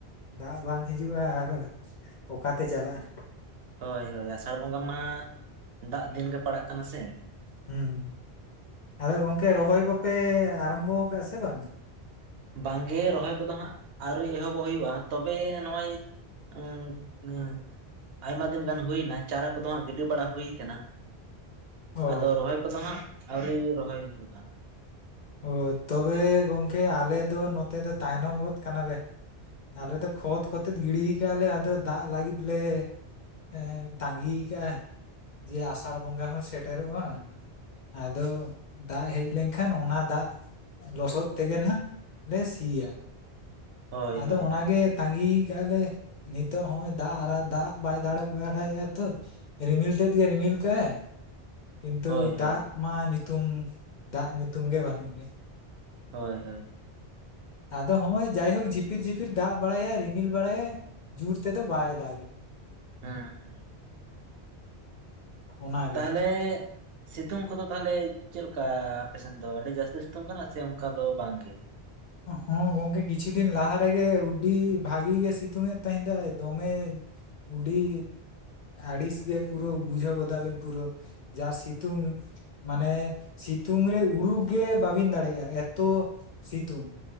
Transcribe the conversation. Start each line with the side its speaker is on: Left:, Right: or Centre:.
Left: ᱫᱟᱜ ᱵᱟᱝ ᱦᱤᱡᱩᱜᱼᱟ ᱟᱨᱚ ᱚᱠᱟᱛᱮ ᱪᱟᱞᱟᱜᱼᱟ
Right: ᱦᱳᱭ ᱦᱳᱭ ᱟᱥᱟᱲ ᱵᱚᱸᱜᱟ ᱢᱟ ᱫᱟᱜ ᱫᱤᱱ ᱜᱮ ᱯᱟᱲᱟᱜ ᱠᱟᱱᱟ ᱥᱮ
Left: ᱦᱩᱸ ᱟᱫᱚ ᱜᱚᱝᱠᱮ ᱨᱚᱦᱚᱭ ᱠᱚᱯᱮ ᱟᱨᱚᱢᱵᱚ ᱠᱟᱜ ᱥᱮ ᱵᱟᱝ
Right: ᱵᱟᱝᱜᱮ ᱨᱚᱦᱚᱭ ᱠᱚᱫᱚ ᱦᱟᱸᱜ ᱟᱹᱣᱨᱤ ᱮᱦᱚᱵᱚᱜ ᱦᱩᱭᱩᱜᱼᱟ ᱛᱚᱵᱮ ᱱᱚᱜᱼᱚᱭ ᱩᱸ ᱮ ᱟᱭᱢᱟ ᱫᱤᱱ ᱜᱟᱱ ᱦᱩᱭᱱᱟ ᱪᱟᱨᱟ ᱠᱚᱫᱚ ᱦᱟᱜ ᱜᱤᱰᱤ ᱵᱟᱲᱟ ᱦᱩᱭ ᱠᱟᱱᱟ
Left: ᱚ
Right: ᱟᱫᱚ ᱨᱚᱦᱚᱭ ᱠᱚᱫᱚ ᱦᱟᱸᱜ ᱟᱹᱣᱨᱤ ᱨᱚᱦᱚᱭ ᱦᱩᱭᱩᱜᱼᱟ
Left: ᱚ ᱛᱚᱵᱮ ᱜᱚᱝᱠᱮ ᱟᱞᱮ ᱫᱚ ᱱᱚᱛᱮ ᱫᱚ ᱛᱟᱭᱱᱚᱢ ᱜᱚᱫᱽ ᱠᱟᱱᱟᱞᱮ ᱟᱞᱮ ᱫᱚ ᱠᱷᱚᱛ ᱠᱚᱛᱮᱫ ᱜᱤᱲᱤ ᱠᱟᱜᱼᱟ ᱞᱮ ᱟᱫᱚ ᱫᱟᱜ ᱞᱟᱹᱜᱤᱫ ᱞᱮ ᱮ ᱛᱟᱸᱜᱤ ᱠᱟᱜᱼᱟ ᱡᱮ ᱟᱥᱟᱲ ᱵᱚᱸᱜᱟ ᱦᱚᱸ ᱥᱮᱴᱮᱨᱚᱜᱼᱟ᱾ ᱟᱫᱚ ᱫᱟᱜ ᱦᱮᱡ ᱞᱮᱱᱠᱷᱟᱱ ᱚᱱᱟ ᱫᱟᱜ ᱞᱚᱥᱚᱫ ᱛᱮᱜᱮ ᱱᱟᱦ ᱞᱮ ᱥᱤᱭᱟ
Right: ᱦᱳᱭ
Left: ᱟᱫᱚ
Right: ᱦᱳᱭ
Left: ᱚᱱᱟ ᱜᱮ ᱛᱟᱸᱜᱤ ᱠᱟᱜ‌ ᱟᱞᱮ ᱱᱤᱛᱚᱜ ᱦᱚᱸᱜ ᱚᱭ ᱫᱟᱜ ᱟᱨ ᱫᱟᱜ ᱵᱟᱭ ᱫᱟᱲᱟ ᱵᱟᱲᱟᱭᱮᱫᱼᱟ ᱛᱚ᱾ ᱨᱤᱢᱤᱞ ᱛᱮᱫ ᱜᱮᱭ ᱨᱤᱢᱤᱞ ᱠᱟᱜ ᱟᱭ ᱠᱤᱱᱛᱩ
Right: ᱦᱳᱭ ᱦᱳᱭ
Left: ᱫᱟᱜ ᱢᱟ ᱧᱩᱛᱩᱢ ᱫᱟᱜ ᱧᱩᱛᱩᱢ ᱜᱮ ᱵᱟᱹᱱᱩᱜ ᱟᱸᱱᱤᱡ᱾
Right: ᱦᱳᱭ ᱦᱳᱭ᱾
Left: ᱟᱫᱚ ᱦᱚᱸᱜᱼᱚᱭ ᱡᱟᱭᱦᱳᱠ ᱡᱷᱤᱯᱤᱨ ᱡᱷᱤᱯᱤᱨ ᱫᱟᱜ ᱵᱟᱲᱟᱭᱟ ᱨᱤᱢᱤᱞ ᱵᱟᱲᱟᱭᱟ ᱡᱩᱨ ᱛᱮᱫᱚ ᱵᱟᱭ ᱫᱟᱜᱟ᱾
Right: ᱦᱮᱸ ᱦᱮᱸ᱾
Left: ᱚᱱᱟᱜᱮ
Right: ᱛᱟᱦᱚᱞᱮ ᱥᱤᱛᱩᱝ ᱠᱚᱫᱚ ᱛᱟᱦᱚᱞᱮ ᱪᱮᱫ ᱞᱮᱠᱟ ᱟᱯᱮ ᱥᱮᱱ ᱫᱚ ᱟᱹᱰᱤ ᱡᱟᱹᱥᱛᱤ ᱥᱤᱛᱩ ᱠᱟᱱᱟ ᱪᱮ ᱚᱱᱠᱟ ᱫᱚ ᱵᱟᱝ ᱜᱮ
Left: ᱦᱚᱸ ᱜᱚᱝᱠᱮ ᱠᱤᱪᱷᱩ ᱫᱤᱱ ᱞᱟᱦᱟ ᱨᱮᱜᱮ ᱩᱹᱰᱤ ᱵᱷᱟᱹᱜᱤ ᱜᱮ ᱥᱤᱛᱩᱝ ᱮᱫ ᱛᱟᱦᱮᱸᱫ ᱫᱚᱭ ᱫᱚᱢᱮ ᱩᱰᱷᱤ ᱟᱲᱤᱥ ᱜᱮ ᱯᱩᱨᱟᱹ ᱵᱩᱡᱷᱟᱹᱣ ᱜᱚᱫᱟ ᱵᱤᱱ ᱯᱩᱨᱟᱹ ᱡᱟ ᱥᱤᱛᱩᱝ ᱢᱟᱱᱮ ᱥᱤᱛᱩᱝ ᱨᱮ ᱩᱲᱩᱠ ᱜᱮ ᱵᱟᱹᱵᱤᱱ ᱫᱟᱲᱮᱭᱟᱜᱼᱟ ᱮᱛ ᱛᱚ ᱥᱤᱛᱩᱝ